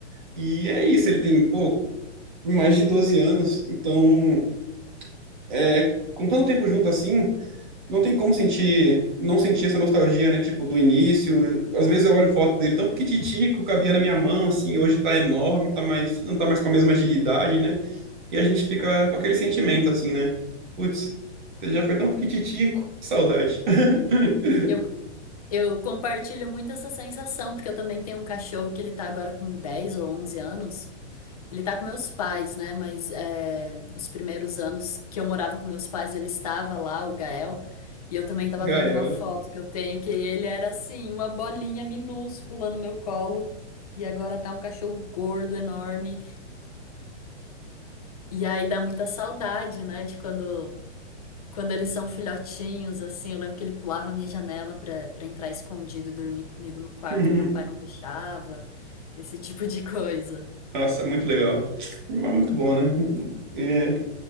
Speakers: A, on the right; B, on the left.
A: E é isso, ele tem, pô, mais de 12 anos, então, é, com tanto tempo junto assim, não tem como sentir, não sentir essa nostalgia, né, tipo, do início. Às vezes eu olho foto dele tão pequititico, cabia na minha mão, assim, hoje tá enorme, tá mais, não tá mais com a mesma agilidade, né, e a gente fica com aquele sentimento, assim, né, putz, você já foi tão pequititico, que saudade. <laughs>
B: Eu, eu compartilho muito essa sensação, porque eu também tenho um cachorro que ele tá agora com 10 ou 11 anos. Ele tá com meus pais, né? Mas é, os primeiros anos que eu morava com meus pais, ele estava lá, o Gael. E eu também tava
A: Gael.
B: vendo uma foto que eu tenho que ele era assim, uma bolinha minúscula no meu colo. E agora tá um cachorro gordo, enorme. E aí dá muita saudade, né? De quando, quando eles são filhotinhos, assim. Eu lembro que ele pulava a minha janela pra, pra entrar escondido e dormir comigo no quarto,
A: <laughs>
B: que meu pai não deixava. Esse tipo de coisa.
A: Nossa, é muito legal. Mas muito bom, né? É,